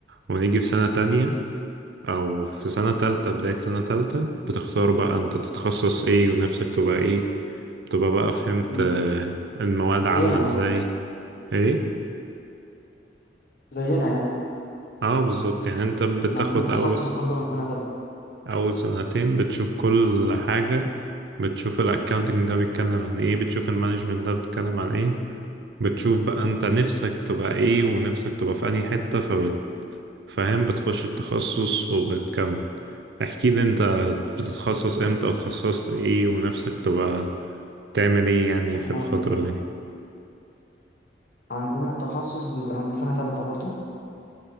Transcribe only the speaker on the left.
مم.
زينا
يعني
زينا يعني
احنا عندنا التخصص
برضه من سنة تالتة
احنا
عندنا التخصص بيبقى من سنة تالتة برضه